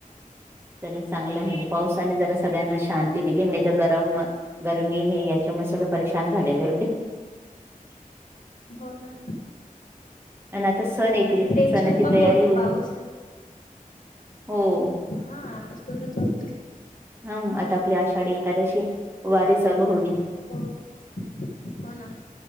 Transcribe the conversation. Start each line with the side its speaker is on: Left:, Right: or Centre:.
Right: च चांगलं म्हणजे पावसाने जरा सगळ्यांना शांती दिली नाही तर गरम गरमी ने याच्यामुळे सगळे परेशान झालेले होते.
Left: हो ना
Right: आणि आता सण येतील.
Left: आणि टेन्शन
Right: सणाची
Left: पण
Right: तयारी
Left: होतं
Right: होईल.
Left: पाऊस
Right: हो
Left: हा आता सुरूच होतील.
Right: हा आता आपली आषाढी एकादशी. वारी चालू होने.
Left: हो हो. हो ना,